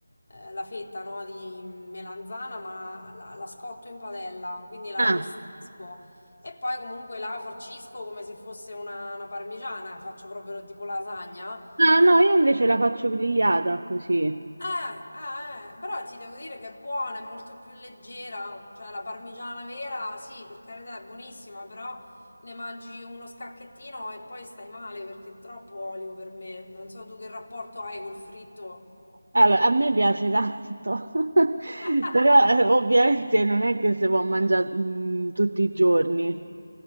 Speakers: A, on the left; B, on the right.
A: eh, la fetta, no, di melanzana, ma la, la scotto in padella, quindi la
B: Ah,
A: arrostisco e poi comunque la farcisco come se fosse una, una parmigiana, faccio proprio tipo lasagna.
B: Ah, no, io invece la faccio grigliata così.
A: Eh, eh, eh, però ti devo dire che è buona, è molto più leggera, cioè la parmigiana vera, sì, per carità è buonissima, però ne mangi uno scacchettino e poi stai male perché è troppo olio per me. Non so tu che rapporto hai col fritto.
B: Allora, a me piace tanto, <laughs>
A: <laughs>
B: però eh, ovviamente non è che si può mangiare mm, tutti i giorni,